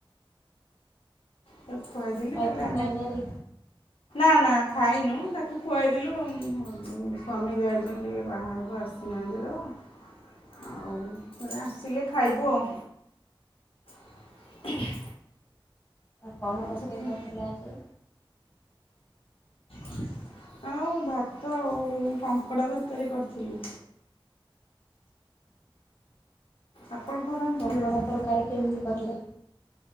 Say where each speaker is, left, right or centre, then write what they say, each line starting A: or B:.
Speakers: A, on the left; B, on the left.
A: ତାକୁ ଖୁଆଇଦେଲି
B: ଖାଇ
A: ତାପରେ
B: ପିଇ ସାରିଲେଣି?
A: ଆମେ ଖାଇନୁ ତାକୁ କୁଆଇଦେଲୁ ସ୍ୱାମୀ ଯାଇଛନ୍ତି ବାହାରକୁ ଆସିନାହାନ୍ତି ତ ଆଉ ଆସିଲେ ଖାଇବୁ ଆଉ। <inaudible>
B: କଣ
A: ଆଉ
B: ରୋଷେଇ
A: ସେଥି
B: କରିଥିଲେ ଆଜି?
A: <inaudible> ଆଉ ଭାତ ଆଉ କଙ୍କଡ଼ା ତରକାରୀ କରିଥିଲି। ଆପଣ କଣ ରାନ୍ଧିଥିଲେ
B: କଙ୍କଡ଼ା
A: ଆଜି?
B: ତରକାରୀ କେମିତି କରିଲେ?